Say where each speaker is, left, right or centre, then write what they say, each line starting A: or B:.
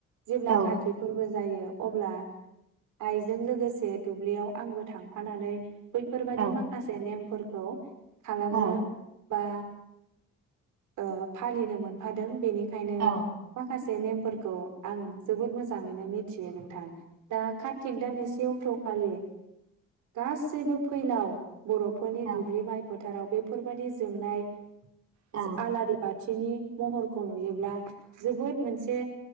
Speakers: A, on the right; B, on the right.
A: जेब्ला
B: औ
A: खाति फोरबो जायो अब्ला आइजों लोगोसे दुब्लियाव आंबो थांफानानै बैफोरबादि
B: औ
A: माखासे नेमफोर खौ खालामनो
B: औ
A: बा ओ फालिनो मोनफादों बेनि खायनो
B: औ
A: माखासे से नेमफोरखौ आं जोबोद मोजाङैनो मिथियो नोंथां दा कार्तिक दाननि से अक्ट'खालि गासैबो फैलाव बर'फोरनि
B: औ
A: दुब्लि माइफोर थाराव बेफोरबादि जोंनाय
B: औ
A: जो आलाारिबा थिनि महरखौ नुयोब्ला जोबोद मोनसे